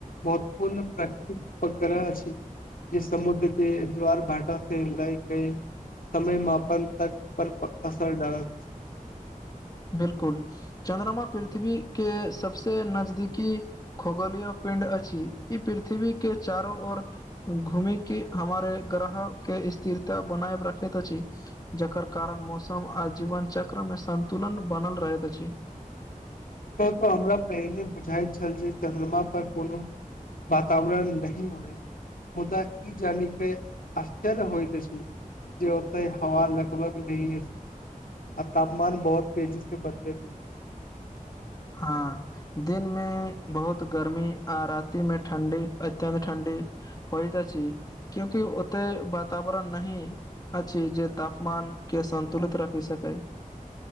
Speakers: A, on the left; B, on the left.
A: महत्वपूर्ण प्राकृतिक उग्रह अछि जे समुद्र के द्वार भाटा से लाइ के समय मापन तक पर असर डालल
B: बिलकुल चन्द्रमा पृथ्वी के सबसे नजदीकी खगोलिय पिंड अछि ई पृथ्वी के चारो ओऔर घूमि के हमारे ग्रह के स्थिरता बनाय रखैत अछि जकर कारण मौसम आ जीवन चक्र मे संन्तुलन बनल रहैत अछि
A: कहत हमरा पहिने बुझाइत छल जे चन्द्रमा पर कोनो वातावरण नहि होै मुदा ई जानि अछि आश्चर्य होइत अछि जे होत है हवा लगबा नी है आब तापमान बहुत तेजी से बदले
B: हँ दिन मे बहुत गर्मी आ राति में ठण्डी अत्यन्त ठण्डी होइत अछि क्योकि ओते वातावरण नहि अछि जे तापमान के सन्तुलित राखी सकै